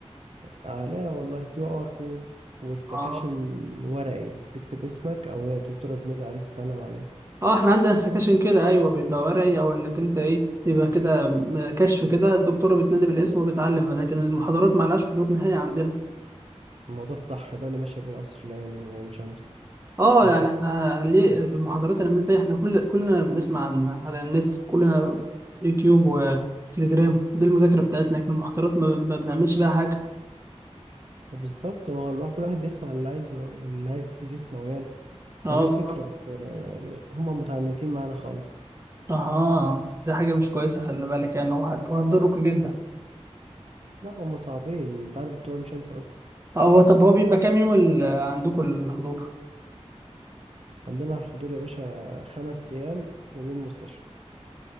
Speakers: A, on the right; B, on the right.
A: لا والله كيو ار كود والتكاشن
B: اه
A: ورقي تكتب اسمك او هي الدكتوره بتنادي عليك بتعلم عليك
B: اه احنا عندنا سكاشن
A: صح.
B: كده ايوه بيبقى ورقي او انك انت ايه بيبقى كده م- كشف كده الدكتوره بتنادي بالاسم وبتعلم لكن المحاضرات ما لهاش حضور نهائي عندنا
A: الموضوع الصح ده اللي ماشي بين قصر العيني وعين شمس
B: اه
A: مفاق
B: يعني احنا ليه المحاضرات اللي بنعمل بيها احنا كل كلنا بنسمع عن على النت كلنا يوتيوب وتليجرام دي المذاكره بتاعتنا لكن المحاضرات ما, ما بنعملش بيها حاجه
A: بالظبط ما هو الواحد كل واحد بيسمع اللي عايزه اللي عايز يسمعه يعني
B: اه
A: ما دي الفكرة
B: بالظبط
A: بس آه، هما متعنتين معانا خالص
B: اه دي حاجة مش كويسة خلي بالك يعني هو هت- هتضركوا جدا
A: لا هما صعبين انت عارف بتوع عين شمس أصلا
B: آه، هو طب هو بيبقى كام يوم ال- عندكم الحضور
A: عندنا الحضور يا باشا خمس أيام ويوم مستشفى